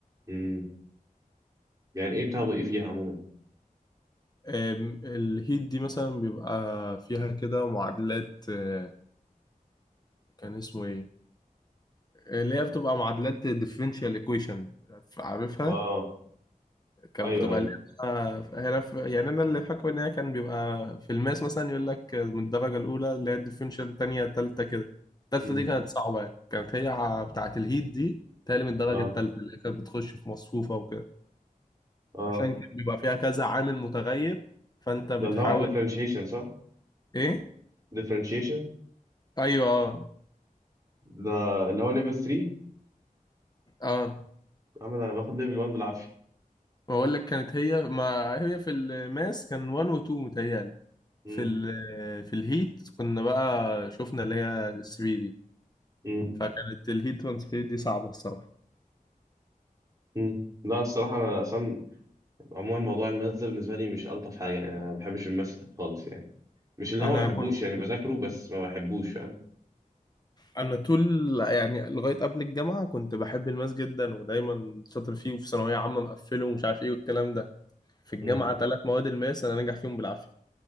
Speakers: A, on the right (about 25°); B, on the left (about 25°).
A: امم يعني إيه بتاخدوا إيه فيها عموما
B: آم، الهيت دي مثلا بيبقى فيها كده معادلات آه، كان اسمه ايه آه، اللي هي بتبقى معادلات differential equation عارفها
A: آه
B: كانت
A: أيوه
B: بتبقى
A: أيوه
B: اللعبة هنا في يعني أنا اللي فاكره إن هي كان بيبقى في الماس مثلا يقول لك من الدرجة الأولى اللي هي الديفرنشال التانية التالتة كده التالتة
A: امم
B: دي كانت صعبة يعني كانت هي ع- بتاعة الهيت دي تالي من الدرجة
A: آه
B: التالتة اللي هي كانت بتخش في مصفوفة وكده
A: آه
B: عشان كده بيبقى فيها كذا عامل متغير فأنت بتحاول
A: ده اللي هو differentiation صح
B: إيه؟
A: differentiation
B: أيوه أه
A: ده اللي هو level 3
B: أه
A: أما ده أنا باخد level 1 بالعافية
B: بقول لك كانت هي ما هي في الماس كان 1 و 2 متهيألي
A: امم
B: في ال في الهيت كنا بقى شفنا اللي هي 3 دي
A: امم
B: فكانت الهيت ترانسفير دي صعبة الصراحة
A: امم لا الصراحة أنا أصلا عموما موضوع الماس ده بالنسبة لي مش ألطف حاجة يعني أنا ما بحبش الماس خالص يعني مش اللي
B: أنا
A: هو ما بحبوش
B: كنت
A: يعني بذاكره بس ما بحبوش فاهم
B: أنا طول يعني لغاية قبل الجامعة كنت بحب الماس جدا ودايما شاطر فيه وفي ثانوية عامة مقفله ومش عارف إيه والكلام ده في الجامعة
A: مم.
B: ثلاث مواد الماس أنا ناجح فيهم بالعافية